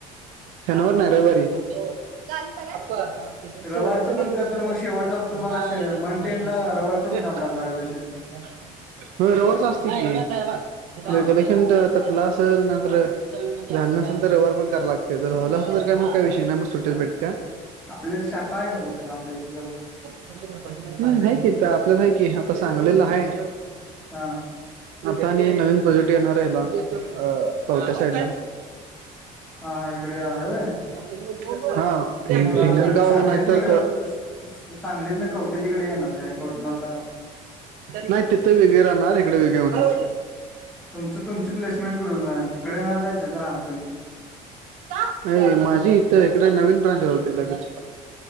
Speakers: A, on the right; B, in the centre.
A: शनिवार नाही रविवारी. <unintelligible>
B: रविवारचं पण का तर मग शेवटला तुम्हाला मंथ एंडला रविवारचं पण काम करायला लागत असेल
A: हो रविवारची असते की,
B: हा
A: फंड तटला असलं, नाही तर झालं नसलं. रविवारी पण करा लागते जर झालं असल तर काय मग काही विषय नाही मग सुट्टीच भेटत्या.
B: आपल्या शाखा आहे का कुठं आपल्याथ जवळ.
A: हम आहे कि आपल्या आहे कि आता सांगलीला आहे.
B: हा
A: आता आणि नवीन प्रोजेक्ट येणार आहे ह्याला कवठे साईडला.
B: हा हा.. इकडे येणार आहेे होय.
A: हा. हिंगन
B: मग आता तुम्ही
A: गाव
B: सांगलीत
A: नाही
B: ना
A: तर,
B: इकडं सांगलीत ना कवटेच्या इकडे येणार काय कवटे महांकाळला
A: नाही तिथं वेगळे राहणार, हिकडं वेगळी होणार.
B: तुमचं तुमची प्लेसमेंट कुट होणार, तिकडे येणार का तिथं राहणार तुम्ही.
A: कां. अ माझी इथं, इकड नवीन ब्रांच राहते लगेच.